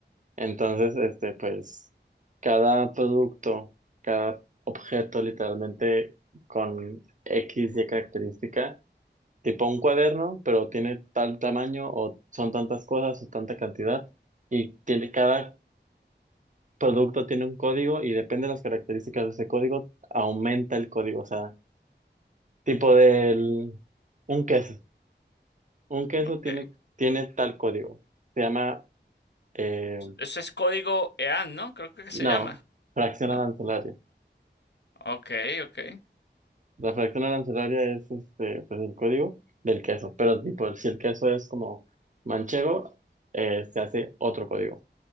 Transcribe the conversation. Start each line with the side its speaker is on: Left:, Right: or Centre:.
Right: entonces, este, pues cada producto, cada objeto literalmente con X y característica, tipo un cuaderno, pero tiene tal tamaño o son tantas cosas o tanta cantidad y tiene cada producto tiene un código y depende de las características de ese código, aumenta el código. O sea, tipo del, un queso. Un queso
Left: ok.
Right: tiene, tiene tal código. Se llama, eh,
Left: Eso es código EAN, ¿no? Creo que se
Right: no,
Left: llama,
Right: fracción
Left: ¿no?
Right: arancelaria.
Left: Ok, ok.
Right: La fracción arancelaria es este, pues el código del queso. Pero tipo, si el queso es como manchego, eh, se hace otro código.